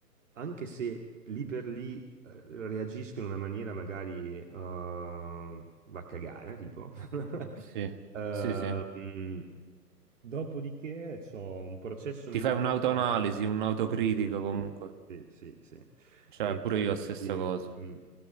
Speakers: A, on the right; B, on the right.
A: anche se lì per lì eh, reagiscono in una maniera magari eh, va a cagare, tipo. <laughs>
B: Sì,
A: Eh,
B: sì, sì.
A: mm, dopodiché c'ho un processo
B: Ti
A: mentale
B: fai un'autoanalisi,
A: che mi permette
B: un'autocritica
A: di...
B: comunque.
A: Sì, sì, sì, sì.
B: Cioè,
A: E
B: pure
A: permette
B: io la stessa
A: di-
B: cosa.
A: mm.